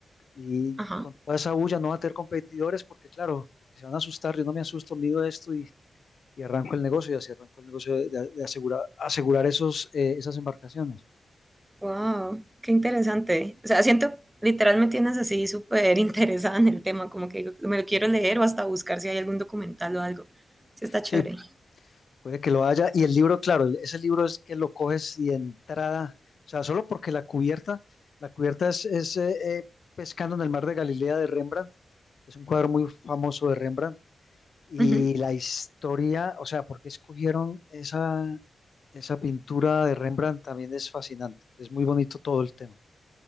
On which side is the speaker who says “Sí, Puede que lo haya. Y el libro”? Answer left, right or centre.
Left